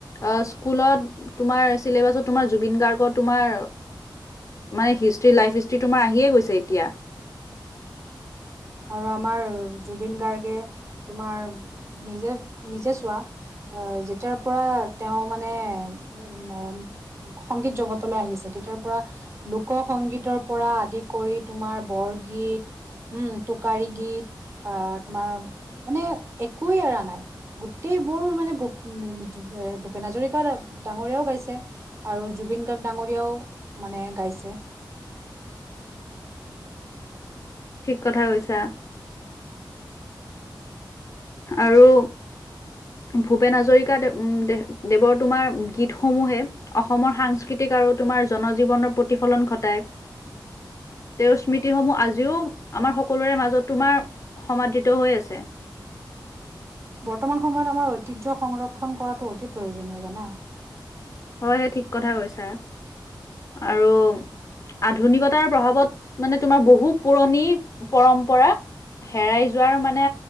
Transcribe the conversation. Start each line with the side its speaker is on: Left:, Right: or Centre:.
Left: অ স্কুলত তোমাৰ চিলেবাছত তোমাৰ জুবিন গাৰ্গ তোমাৰ মানে হিষ্ট্ৰী লাইফ হিষ্ট্ৰী তোমাৰ আহিয়ে গৈছে এতিয়া।
Right: আৰু আমাৰ জুবিন গাৰ্গে তোমাৰ নিজে নিজে চোৱা আহ যেতিয়াৰ পৰা তেওঁ মানে উ সংগীত জগতলৈ আহিছে তেতিয়াৰ পৰা লোক সংগীতৰ পৰা আদি কৰি তোমাৰ বৰগীত উম টোকাৰী গীত আহ তোমাৰ মানে একোৱেই এৰা নাই। গোটেইবোৰ মানে ভ ভূপেন হাজৰিকা ডাঙৰীয়াও গাইছে। আৰু জুবিন গাৰ্গ ডাঙৰীয়াও মানে গাইছে।
Left: ঠিক কথা কৈছা আৰু ভূপেন হাজৰিকা দেৱ দে দেৱৰ তোমাৰ গীতসমূহে অসমৰ সাংস্কৃতিক আৰু তোমাৰ জনজীৱনৰ প্ৰতিফলন ঘটায়। তেওঁৰ স্মৃতিসমূহ আজিও আমাৰ সকলোৰে মাজত তোমাৰ সমাদৃত হৈ আছে।
Right: বৰ্তমান সময়ত আমাৰ ঐতিহ্য সংৰক্ষণ কৰাটো অতি প্ৰয়োজনীয় জানা।
Left: হয় সেই ঠিক কথা কৈছা আৰু আধুনিকতাৰ প্ৰভাৱত মানে তোমাৰ বহু পুৰণি পৰম্পৰা হেৰাই যোৱাৰ মানে